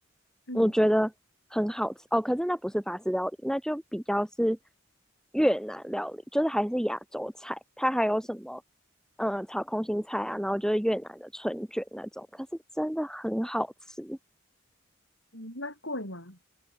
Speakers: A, on the left; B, in the centre.
A: 嗯
B: 我觉得很好吃哦。可是那不是法式料理，那就比较是越南料理，就是还是亚洲菜。它还有什么，嗯、炒空心菜啊，然后就是越南的春卷那种。可是真的很好吃。
A: 嗯，那贵吗？